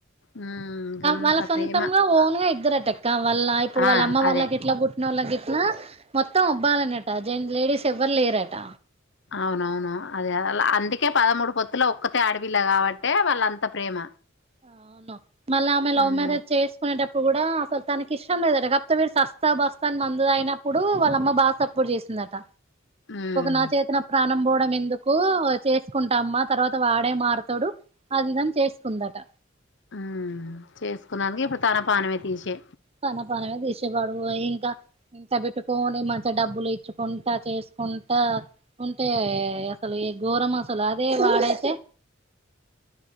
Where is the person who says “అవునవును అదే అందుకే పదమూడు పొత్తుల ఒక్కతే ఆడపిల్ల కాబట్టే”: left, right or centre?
Left